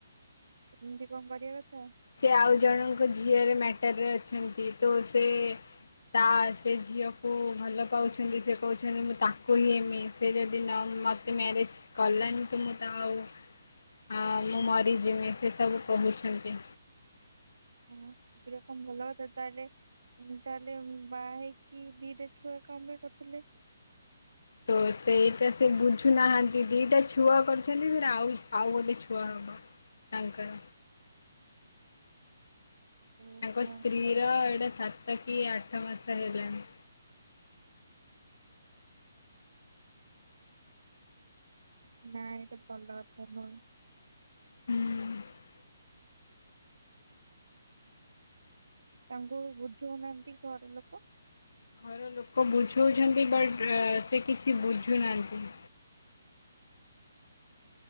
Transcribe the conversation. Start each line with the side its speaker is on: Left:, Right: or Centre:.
Right: ଏମିତି କଅ କରିଆ କଥା?
Left: ସେ ଆଉ ଜଣଙ୍କ ଝିଅରେ ମ୍ୟାଟର ରେ ଅଛନ୍ତି, ତ ସେ ତା ସେ ଝିଅକୁ ଭଲ ପାଉଛନ୍ତି, ସେ କୋହୁଛନ୍ତି ମୁଁ ତାଙ୍କୁ ହିଁ ହେମି, ସେ ଯଦି ନ ମ୍ୟାରେଜ୍ କଲାନି ତ ମତେ ଆଉ ଆ ମୁଁ ମରିଯିମି, ସେ ସବୁ କୋହୁଚନ୍ତି।
Right: ହଁ ସେଗୁରା କଅ ଭଲ କଥା? ତାହେଲେ ତାହେଲେ ବାହା ହେଇକି ଦିଇଟା ଛୁଆ କଅ ପାଇଁ କରୁଥିଲେ?
Left: ତ ସେଇଟା ସେ ବୁଝୁନାହାନ୍ତି, ଦିଇଟା ଛୁଆ କରିଛନ୍ତି ଫେରେ ଆଉ ଆଉ ଗୋଟେ ଛୁଆ ହବ। ତାଙ୍କର।
Right: ଓହୋ।
Left: ତାଙ୍କ ସ୍ତ୍ରୀର ଏଟା ସାତ କି ଆଠ ମାସ ହେଲାଣି।
Right: ନାଁ ଏଇଟା ଭଲ କଥା ନୁହେଁ।
Left: ହୁଁ-ଉଁ।
Right: ତାଙ୍କୁ ବୁଝୋଉନାଆନ୍ତି ଘର ଲୋକ?
Left: ଘର ଲୋକ ବୁଝୋଉଛନ୍ତି, ବଟ୍ ସେ କିଛି ବୁଝୁନାଆନ୍ତି।